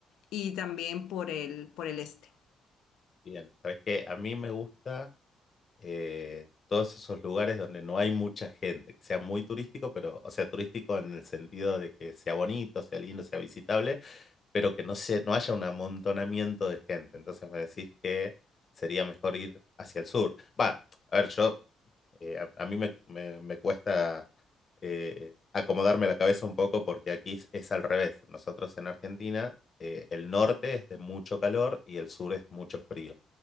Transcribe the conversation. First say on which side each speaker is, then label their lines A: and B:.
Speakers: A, on the left; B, on the left.
A: Y también por el, por el este.
B: Bien, ¿sabes qué? A mí me gusta eh, todos esos lugares donde no hay mucha gente, que sea muy turístico, pero, o sea, turístico en el sentido de que sea bonito, sea lindo, sea visitable, pero que no, se, no haya un amontonamiento de gente. Entonces me decís que sería mejor ir hacia el sur. Va, a ver, yo Eh, a, a mí me, me, me cuesta eh, acomodarme la cabeza un poco porque aquí es, es al revés. Nosotros en Argentina, eh, el norte es de mucho calor y el sur es mucho frío.